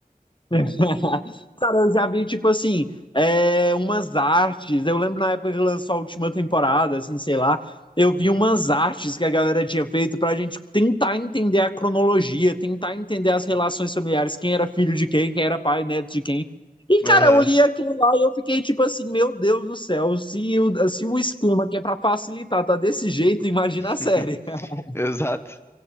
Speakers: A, on the left; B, on the left.
A: <laughs> Cara, eu já vi, tipo assim, é, umas artes. Eu lembro na época que lançou a última temporada, assim, sei lá. Eu vi umas artes que a galera tinha feito pra gente tentar entender a cronologia, tentar entender as relações familiares, quem era filho de quem, quem era pai, neto de quem. E, cara,
B: Aham.
A: eu li aquilo lá e eu fiquei tipo assim, meu Deus do céu, se o, se o esquema que é pra facilitar tá desse jeito, imagina
B: <laughs>
A: a série. <laughs>
B: Exato.